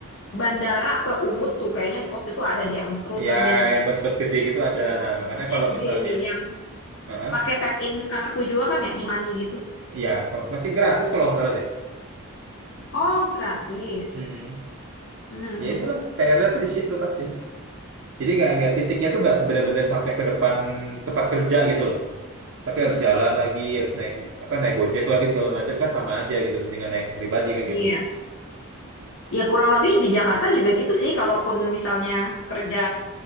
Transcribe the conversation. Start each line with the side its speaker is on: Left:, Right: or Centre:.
Left: bandara ke Ubud tuh kayaknya waktu itu ada deh yang rutenya.
Right: Ya yang bus-bus gede gitu ada.
Left: Iya,
Right: Nah makanya
Left: busnya
Right: kalau
Left: gede
Right: misalnya,
Left: sih yang
Right: heeh,
Left: pakai tap in kartu juga kan ya, e-money gitu.
Right: Ya kalau- masih gratis kalau nggak salah deh.
Left: Oh, gratis.
Right: Mm.
Left: Mm,
Right: ya
Left: mm,
Right: itulah PR-nya tuh di situ pasti. Jadi nggak nggak titiknya tuh nggak sebenar-benar sampai ke depan tempat kerja gitu loh. Tapi harus
Left: mm.
Right: jalan lagi, harus naik apa naik Gojek lagi segala macam kan sama aja gitu. Mendingan naik pribadi kan
Left: Iya.
Right: gitu.
Left: Ya kurang lebih di Jakarta juga gitu sih kalaupun misalnya kerja